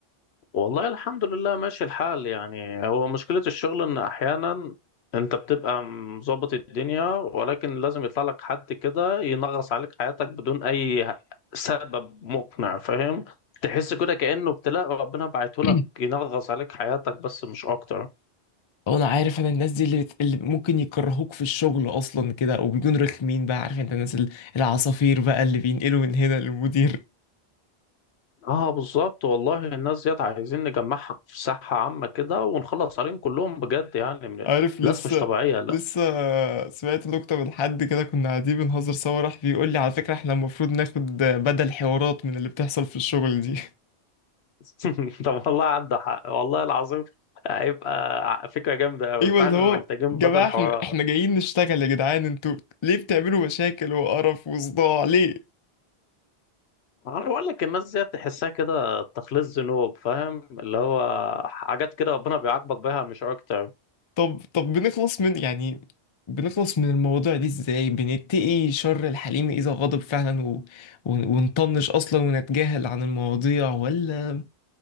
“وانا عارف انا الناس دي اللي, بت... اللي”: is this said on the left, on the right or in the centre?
Left